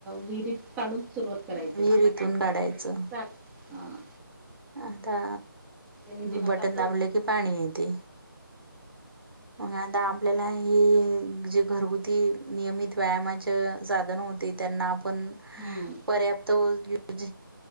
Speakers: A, in the centre; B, on the right.
A: विहिरीत काढून सुरुवात करायचं,
B: विहिरीतून
A: आता काय नळ
B: काढायचं
A: वगैरे आहे. ता हां.
B: आता
A: त्यांनी दिला
B: बटन
A: तसं
B: दाबले, की पाणी येते मग आता आपल्या ला हे जे घरगुती नियमित व्यायामाच्या साधन होते, त्यांना पण
A: हम्म
B: पर्याप्त <unintelligible>